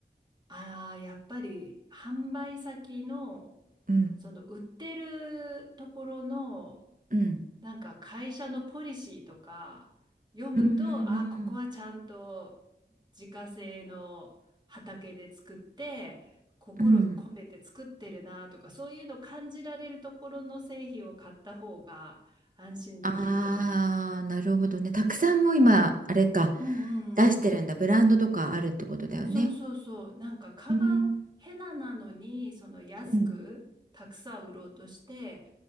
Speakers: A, on the right; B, on the right.
A: ああ、やっぱり販売先の、
B: うん
A: その売ってるところの、
B: うん
A: なんか会社のポリシーとか読むと、
B: うんうん
A: あ、ここはちゃんと自家製の畑で作って、心込めて作ってるなとか、
B: うんうん。
A: そういうの感じられるところの製品を買った方が安心できると思います。
B: ああー、なるほどね。たくさんもう今、あれか、
A: うんうんうん。
B: 出してるんだ。ブランドとかあるってことだよね。
A: そうそうそう。なんか蚊がヘナなのに、
B: うん。
A: その安くたくさん売ろうとして、
B: うん